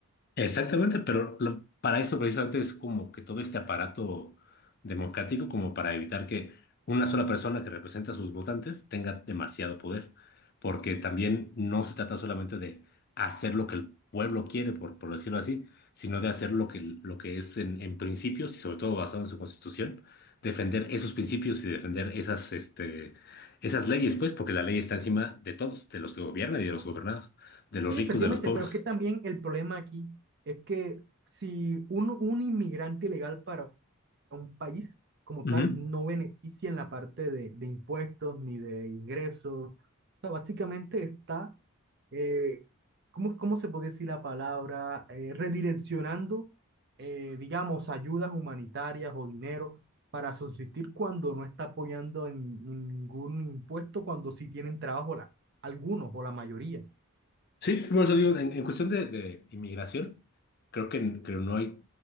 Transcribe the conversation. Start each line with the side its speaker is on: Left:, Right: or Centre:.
Left: Exactamente, pero lo- para eso precisamente es como que todo este aparato democrático como para evitar que una sola persona que representa a sus votantes tenga demasiado poder, porque también no se trata solamente de hacer lo que el pueblo quiere, por, por decirlo así, sino de hacer lo que, lo que es en, en principios y sobre todo basado en su constitución, defender esos principios y defender esas, este, esas leyes, pues, porque la ley está encima de todos, de los que gobiernan y de los gobernados, de los
Right: Sí,
Left: ricos,
Right: efectivamente,
Left: de los pobres.
Right: pero es que también el problema aquí es que si un, un inmigrante ilegal para a un país como
Left: Ujú.
Right: tal no beneficia en la parte de, de impuestos ni de ingresos. O sea, básicamente está, eh, ¿cómo, cómo se puede decir la palabra? Eh, redireccionando, eh, digamos, ayudas humanitarias o dinero para subsistir cuando no está apoyando en, en ningún impuesto, cuando sí tienen trabajo la, algunos o la mayoría.
Left: Sí, por eso digo, en, en cuestión de, de inmigración, creo que, creo no hay